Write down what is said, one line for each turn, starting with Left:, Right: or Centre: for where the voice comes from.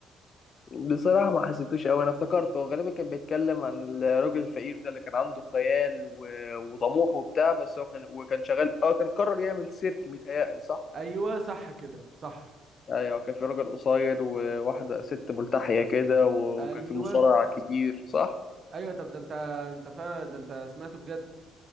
Left: بصراحه ما حسيتوش قوي انا افتكرته هو غالبا كان بيتكلم عن الراجل الفقير ده اللي كان عنده خيال و... وطموح وبتاع بس هو كان وكان شغال اه كان قرر يعمل سيرك متهيألي صح
Right: ايوه صح كده صح
Left: ايوه كان في راجل قصير وواحده ست ملتحيه كده و-
Right: ايوه
Left: وكان في مصارع كبير صح
Right: ايوه طب ده انت انت فعلا ده انت سمعته بجد